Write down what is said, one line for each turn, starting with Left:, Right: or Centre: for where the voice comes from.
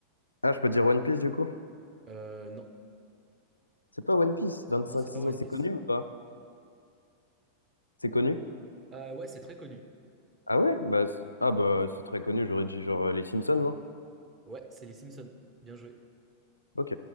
Left: Ah, je peux dire One Piece, du coup?
Right: Euh, non.
Left: C'est pas One Piece, 25
Right: Non, c'est
Left: saisons,
Right: pas One
Left: c'est
Right: Piece.
Left: connu ou pas? C'est connu?
Right: Euh, ouais, c'est très connu.
Left: Ah ouais? Bah, c'est- ah bah, c'est très connu, j'aurais dit genre euh, les Simpsons, non?
Right: Ouais, c'est les Simpsons. Bien joué.
Left: Ok.